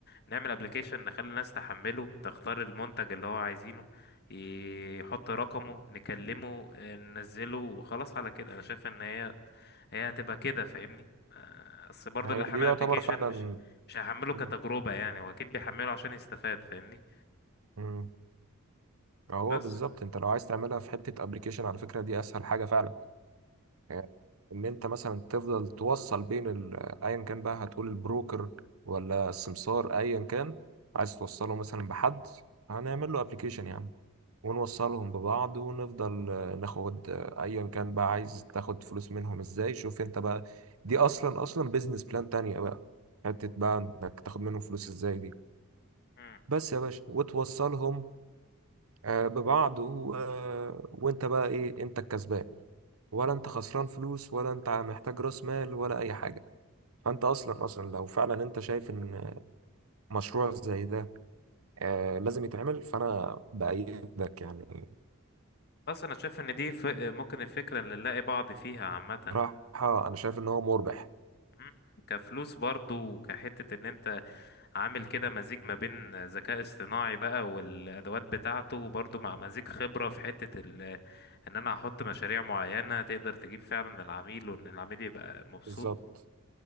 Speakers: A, on the left; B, on the right.
A: نعمل ابلكيشن نخلي الناس تحمله تختار المنتج اللي هو عايزينه يحط رقمه نكلمه آه، ننزله وخلاص على كده انا شايف ان هي هي هتبقى كده فاهمني آه، بس برضه
B: هي
A: اللي
B: دي
A: حمل
B: يعتبر
A: ابلكيشن
B: فعلا
A: مش مش هحمله كتجربة
B: مم.
A: يعني هو اكيد بيحمله عشان يستفاد فاهمني
B: مم. هو
A: بس
B: بالظبط انت لو عايز تعملها في حتة ابلكيشن على فكرة دي اسهل حاجة فعلا يعني ان انت مثلا تفضل توصل بين ال- ايا كان بقى هتقول البروكر ولا السمسار ايا كان عايز توصله مثلا بحد هنعمل له ابلكيشن يعني ونوصلهم ببعض ونفضل آه، ناخد آه، ايا كان بقى عايز تاخد فلوس منهم ازاي شوف انت بقى دي اصلا اصلا بيزنس بلان تانية بقى حتة بقى انك تاخد منهم فلوس ازاي دي
A: مم.
B: بس يا باشا وتوصلهم آه، ببعض و... آه، وانت بقى ايه انت الكسبان ولا انت خسران فلوس ولا انت محتاج راس مال ولا اي حاجه فانت اصلا اصلا لو فعلا انت شايف ان مشروع زي ده آه لازم يتعمل فانا بايدك يعني
A: بس انا شايف ان دي ف... ممكن الفكرة اللي نلاقي بعض فيها عامة
B: الصراحه انا شايف ان هو مربح
A: مم. كفلوس برضو وكحتة ان انت عامل كده مزيج ما بين ذكاء اصطناعي بقى والادوات بتاعته وبرضو مع مزيج خبرة في حتة ال ان انا هحط مشاريع معينة تقدر تجيب فعلا العميل وان العميل يبقى مبسوط
B: بالظبط